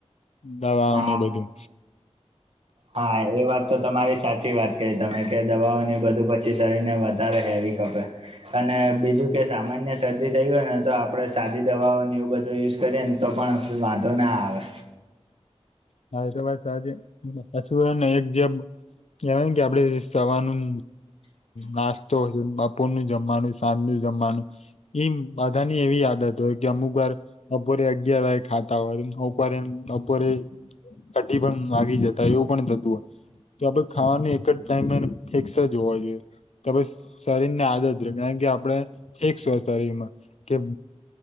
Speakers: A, on the left; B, on the right.
A: દવાઓ
B: હા
A: ને બધું.
B: હા એ વાત તો તમારી સાચી વાત કહી તમે કે દવાઓની બધું પછી શરીર ને વધારે હેવી ખપે. અને બીજું કે સામાન્ય શરદી થઈ હોય ને તો આપડે સાદી દવાઓને એવું બધું યુઝ કરીએ ને તો પણ વાંધો ના આવે
A: હા એ તો બસ આજે પાછું ને એક જે કેવાય કે આપડે સવારનું નાસ્તો હશે બપોર નું જમવાનું સાંજ નું જમવાનું એમ બધા ની એવી આદત હોય કે અમુક વાર બપોરે અગિયાર વાગ્યે ખાતા હોય ઉપરે એ બપોરે અઢી પણ વાગી જતા એવું પણ થતું હોય. તો આપણે ખાવાની એક જ ટાઈમે ફિક્સ જ હોવા જોઈએ. તો શરીર ને આદત કારણ કે આપણે ફિક્સ હોય શરીર માં કે